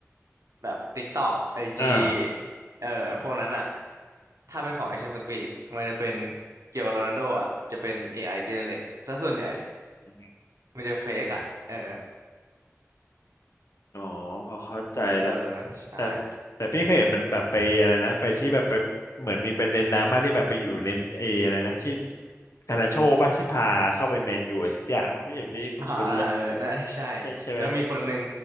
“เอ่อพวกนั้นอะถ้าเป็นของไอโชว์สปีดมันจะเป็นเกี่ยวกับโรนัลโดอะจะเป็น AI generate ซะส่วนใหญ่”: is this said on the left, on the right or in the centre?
Right